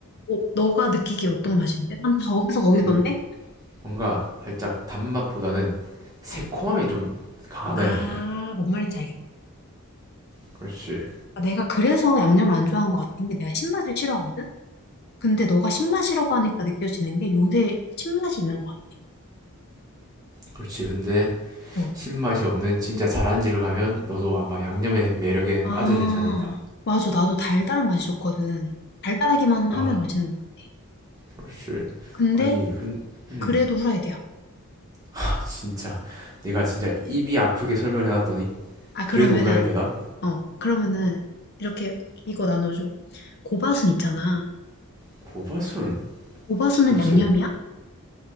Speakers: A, on the left (about 45°); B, on the right (about 15°).
A: 어, 너가 느끼기에 어떤 맛인데? 난 다 어디서 거기던데?
B: 그 뭔가 살짝 단맛보다는 새콤함이
A: 어.
B: 좀 강하다
A: 아,
B: 해야 되나?
A: 뭔 말인지 알겠다.
B: 그렇지
A: 아, 내가 그래서 양념을 안 좋아한 것 같은 게 내가 신맛을 싫어하거든? 근데 너가 신맛이라고 하니까 느껴지는 게 요새 신맛이 있는 것
B: 그렇지 근데
A: 같아. 어.
B: 신맛이 없는 진짜 잘한 집을 가면 너도 아마 양념의 매력에
A: 아,
B: 빠져들지 않을까
A: 맞아. 나도 달달한 맛이 좋거든. 달달하기만
B: 아
A: 하면 맛있는 것 같아.
B: 그렇지
A: 근데
B: 아니 근 음,
A: 그래도 후라이드야.
B: 아, 진짜 내가 진짜 입이 아프게 설명해놨더니
A: 아,
B: 그래도
A: 그러면은,
B: 후라이드다?
A: 어, 그러면은, 이렇게, 이거 나눠줘. 고바순 있잖아.
B: 고바순?
A: 고바순은
B: 그렇지
A: 양념이야?